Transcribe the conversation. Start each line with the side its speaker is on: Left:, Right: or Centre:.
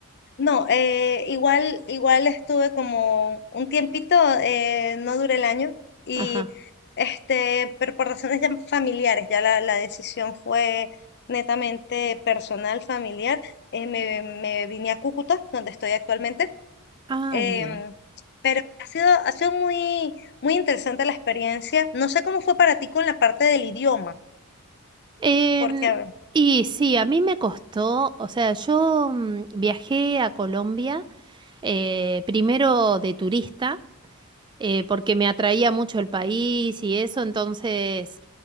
Left: no, eh, igual, igual estuve como un tiempito, eh, no duré el año, y
Right: Ajá.
Left: este, pero por razones ya familiares, ya la, la decisión fue netamente personal, familiar. eh, me, me vine a Cúcuta, donde estoy actualmente.
Right: Ah,
Left: em,
Right: bien.
Left: pero ha sido, ha sido muy, muy interesante la experiencia. No sé cómo fue para ti con la parte del idioma.
Right: Em,
Left: Porque,
Right: y sí, a mí me costó, o sea, yo mm, viajé a Colombia eh, primero de turista. eh, porque me atraía mucho el país y eso, entonces,